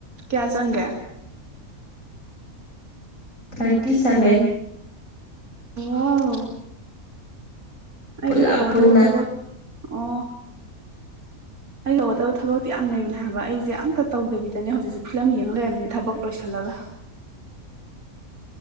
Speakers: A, on the right; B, on the left.
A: ꯀꯌꯥ ꯆꯪꯒꯦ
B: ꯊꯥꯔꯇꯤ ꯁꯚꯦꯟ
A: ꯑꯣ ꯑꯩꯁꯨ
B: ꯄꯨꯂꯞ
A: ꯇꯧꯒꯗꯕ
B: ꯄꯨꯟꯅ
A: ꯊꯕꯛ ꯑꯣ ꯑꯩꯒꯧꯒꯗꯕ ꯊꯕꯛꯇꯤ ꯌꯥꯝ ꯂꯩꯕꯅꯦ ꯍꯥꯏꯕ ꯑꯩꯁꯦ ꯑꯝꯇ ꯇꯧꯗꯕꯤꯗꯅꯦ ꯍꯧꯖꯤꯛꯁꯨ ꯐꯤꯂꯝ ꯌꯦꯡꯉꯒ ꯂꯩꯔꯝꯃꯤꯅ ꯊꯕꯛ ꯂꯣꯏꯁꯤꯜꯂꯒ ꯑꯕ
B: <unintelligible>